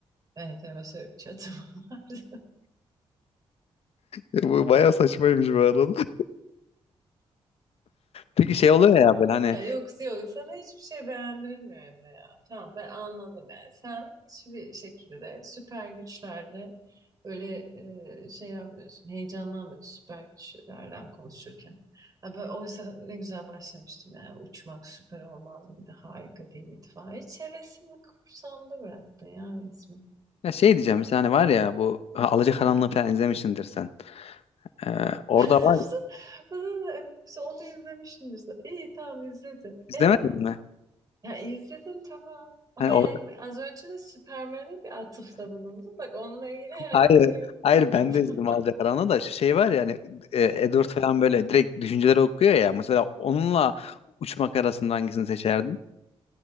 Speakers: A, on the right; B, on the left.
A: Evet, mesela bir çatı mı <laughs> vardı?
B: E, Bu bayağı saçmaymış bu arada. <laughs> Peki şey oluyor ya böyle hani
A: Ya yok yok sana hiçbir şey beğendirilmiyor Emre ya. Tamam ben anladım yani. Sen hiçbir şekilde süper güçlerle böyle e, şey yapmıyorsun. Heyecanlanmıyorsun süper güçlerden konuşurken. Ha, böyle, oysa ne güzel başlamıştım yani. Uçmak süper olmaz mıydı? Harika değil miydi falan. Hiç hevesimi kursamda bıraktın ya resmen.
B: Ya şey diyeceğim mesela hani var ya bu ha, Alacakaranlığı falan izlemişsindir sen. Ee, orada
A: <laughs>
B: var
A: Bana da- Onu izlemişsindir. İyi tamam izledim.
B: izlemedin
A: E
B: mi?
A: Ya izledim tamam. Ama
B: Hani orada
A: yani bak az önce de Superman'e bir atıfta bulundun. Bak onunla ilgili <laughs> herhangi
B: hayır
A: bir yorum
B: hayır ben
A: yapmadım.
B: de izledim Alacakaranlığı
A: <laughs>
B: da şu şey var ya hani e, Edward falan böyle direkt düşünceleri okuyor ya mesela onunla uçmak arasında hangisini seçerdin?